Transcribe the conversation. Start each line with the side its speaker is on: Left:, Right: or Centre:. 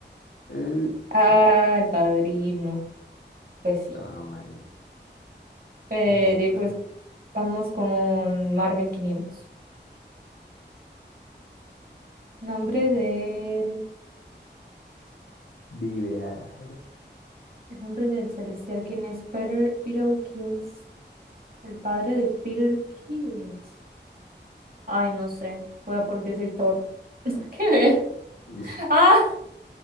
Left: Eh,
Right: Ah,
Left: sí, no.
Right: el padrino. Pues sí.
Left: Todo mal.
Right: Eh,
Left: Te toca.
Right: de ahí, pues Vamos con Marvel quinientos Nombre
Left: Mm,
Right: del,
Left: de ideada.
Right: el nombre del celestial, ¿quién es Peter Kills El padre de Peter Kills Ay, no sé. Voy a poner decir Thor. <laughs> ¿Qué ver?
Left: <laughs>
Right: Ah,